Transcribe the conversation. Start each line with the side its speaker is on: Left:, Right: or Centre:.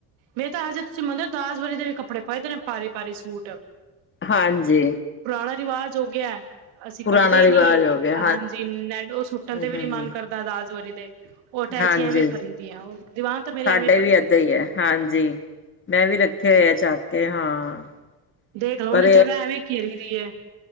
Right: ਮੇਰਾ ਤਾਂ ਹਜੇ ਤੁਸੀਂ ਮੰਨ ਦਿਓ, ਦਾਜ ਵਰੀ ਦੇ ਵੀ ਕੱਪੜੇ ਪਾਏ ਦੇ ਨੇ ਭਾਰੀ ਭਾਰੀ ਸੂਟ।
Left: ਹਾਂਜੀ,
Right: ਪੁਰਾਣਾ ਰਿਵਾਜ ਹੋ ਗਿਆ ਅਸੀਂ
Left: ਪੁਰਾਣਾ
Right: ਕੱਢਦੇ ਹੀ
Left: ਰਿਵਾਜ
Right: ਨੀ
Left: ਹੋ ਗਿਆ
Right: ਹਾਂਜੀ ਨੈਟ ਉਹ ਸੁੱਟਣ
Left: ਹੂੰ
Right: ਤੇ ਵੀ
Left: ਹੂੰ
Right: ਨੀ
Left: ਹੂੰ
Right: ਮਨ ਕਰਦਾ ਦਾਜ ਵਰੀ ਦੇ। ਉਹ ਅਟੈਚੀਆਂ
Left: ਹਾਂਜੀ
Right: ਐਵੇਂ ਭਰੀ ਦੀ ਐ ਓ ਦੀਵਾਨ ਤਾਂ ਮੇਰੇ
Left: ਸਾਡੇ
Right: ਐਵੇਂ ਭਰੇ
Left: ਵੀ ਏਦਾਂ
Right: ਨੇ।
Left: ਹੀ ਹੈ ਹਾਂਜੀ ਮੈਂ ਵੀ ਰੱਖੇ ਹੋਏ ਆ ਚੱਕ ਕੇ ਹਾਂ।
Right: ਦੇਖ ਲਓ
Left: ਪਰ
Right: ਓਨੇ ਜਗ੍ਹਾ ਐਵੇਂ ਘੇਰੀ ਦੀ ਐ।